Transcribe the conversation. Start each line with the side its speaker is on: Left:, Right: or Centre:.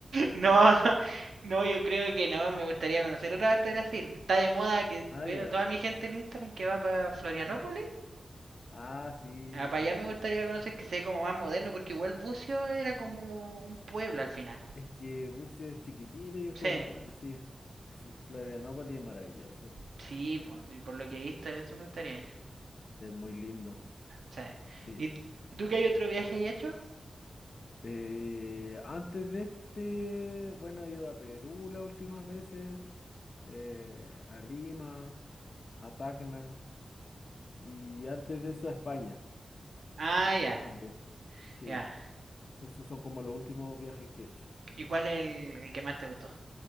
Right: No, no, yo creo que no, me gustaría conocer otra parte de Brasil. Está de moda que
Left: Ah,
Right: veo
Left: ya.
Right: toda mi gente en Instagram que va para Florianópolis.
Left: ¿Mm? Ah, sí,
Right: Ah, para
Left: sí,
Right: allá me
Left: pues.
Right: gustaría conocer que sea como más moderno, porque igual Bucio era como un pueblo al final.
Left: Es que Bucio es chiquitito y es
Right: Sí,
Left: como un pueblo, sí. Fl- Florianópolis es maravilloso.
Right: sí, por, por lo que he visto, eso me gustaría.
Left: Es muy lindo,
Right: Sí.
Left: sí.
Right: ¿Y tú qué hay otro viaje ahí hecho?
Left: Eh, antes de este, bueno, he ido a Perú las últimas veces, eh, a Lima, a Tacna y antes de eso a España
Right: Ah, ya,
Left: también. Sí,
Right: ya.
Left: esos son como los últimos viajes que he hecho.
Right: ¿Y cuál es el, el que más te gustó?